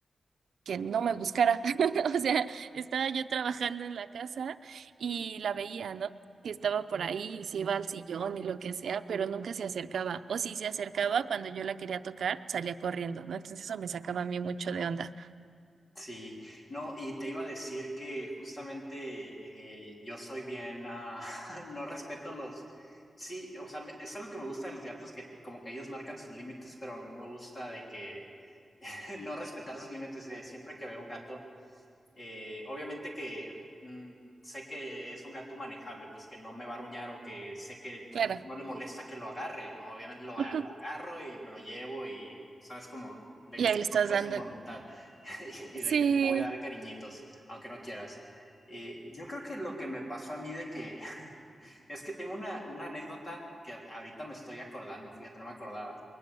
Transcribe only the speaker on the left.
Sí, no, y te iba a decir que justamente eh, yo soy bien, ah, <laughs> no respeto los, sí, o sea, me- es algo que me gusta de los gatos, que como que ellos marcan sus límites, pero a mí me gusta de que <laughs> no respetar sus límites, de siempre que veo un gato eh, obviamente que mm, sé que es un gato manejable, pues que no me va a aruñar o que sé que
no le molesta que lo agarre. Obviamente lo,
a- lo agarro y me lo llevo y sabes como de
que
no
es su voluntad <laughs> y
de que te voy a dar cariñitos, aunque no quieras. Eh, yo creo que lo que me pasó a mí de que <laughs> es que tengo una, una anécdota que ahorita me estoy acordando, fíjate, no me acordaba,